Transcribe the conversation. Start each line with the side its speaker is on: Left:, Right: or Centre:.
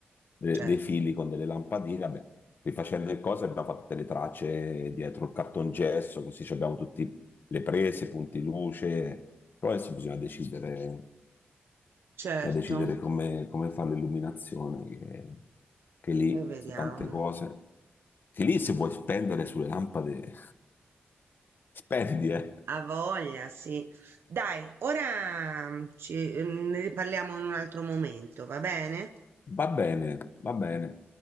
Left: De-
Right: certo,
Left: dei fili con delle lampadine, vabbè, rifacendo le cose abbiamo fatto tutte le tracce dietro il cartongesso, così ci abbiamo tutte le prese, i punti luce, però adesso bisogna decidere,
Right: certo,
Left: bisogna decidere come, come fare l'illuminazione, che, che lì
Right: e vediamo.
Left: sono tante cose, che lì se vuoi spendere sulle lampade, <laughs> spendi, eh.
Right: Ha voglia, sì. Dai, ora mm, ci, mm, ne riparliamo in un altro momento, va bene?
Left: Va bene, va bene.